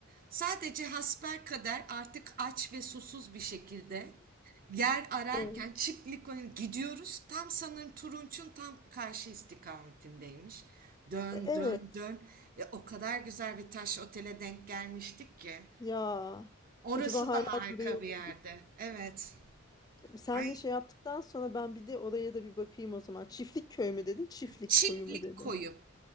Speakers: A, on the right; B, on the left.
A: sadece hasbelkader artık aç ve susuz bir şekilde yer ararken
B: Evet.
A: çiftlik oyun- gidiyoruz. Tam sanırım Turunç'un tam karşı istikametindeymiş. Dön
B: E, evet.
A: dön dön ve o kadar güzel bir taş otele denk gelmiştik ki.
B: Ya.
A: Orası
B: Acaba hala
A: da harika
B: duruyor
A: bir
B: mu?
A: yerde. Evet.
B: Senle
A: Ay
B: şey yaptıktan sonra ben bir de oraya da bir bakayım o zaman. Çiftlik köy mü dedin? Çiftlik
A: çiftlik
B: koyu mu dedi?
A: koyu.